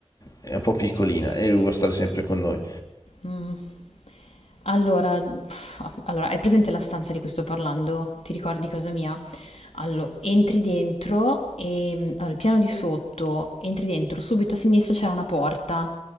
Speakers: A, on the left; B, on the left.
A: è un po' piccolina e lui vuole stare sempre con noi.
B: Mm. Allora, allora, hai presente la stanza di cui sto parlando? Ti ricordi casa mia? Allora, entri dentro e allora, il piano di sotto, entri dentro, subito a sinistra c'è una porta.